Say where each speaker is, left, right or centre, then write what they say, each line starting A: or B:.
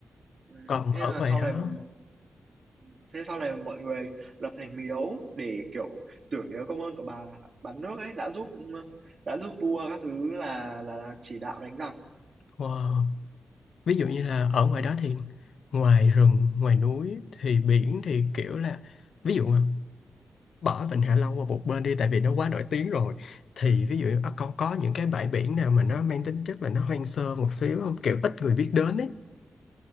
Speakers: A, on the right; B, on the left.
A: ừ,
B: còn
A: thế
B: ở
A: là
B: ngoài
A: sau
B: đó
A: này mà mọi- ừ, thế sau này mọi người lập thành miếu để kiểu tưởng nhớ công ơn của bà bán nước ấy đã giúp ừ, đã giúp vua các thứ là là, là chỉ đạo đánh giặc
B: wow. ví dụ như
A: ừ.
B: là ở ngoài đó thì ngoài rừng ngoài núi thì biển thì kiểu là ví dụ bỏ Vịnh Hạ Long qua một bên đi tại vì nó quá nổi tiếng rồi thì ví dụ à, con có những cái bãi biển nào mà nó mang tính chất là nó hoang sơ một xíu không kiểu ít người biết đến ấy